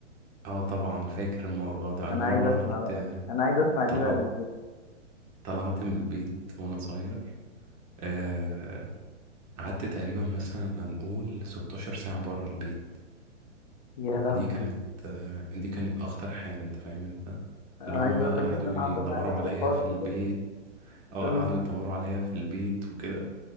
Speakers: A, on the right; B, on the left.
A: آه طبعا فاكر الموضوع ده
B: انا
A: أنا مرة
B: عايز اسمع
A: عملت
B: بقى انا عايز اسمع دي
A: طلعت
B: بقى بالذات
A: طلعت من البيت وأنا صغير آه قعدت تقريبا مثلا هنقول 16 ساعة بره البيت
B: يا لهوي
A: دي كانت آه دي كانت أخطر حاجة أنت فاهم أنت
B: انا
A: اللي هم
B: عايز
A: بقى
B: اقول
A: قعدوا
B: لك ان انا
A: يدوروا
B: حصل معايا نفس
A: عليا
B: الحوار
A: في
B: بالظبط
A: البيت اه
B: اه.
A: قعدوا يدوروا عليا في البيت وكده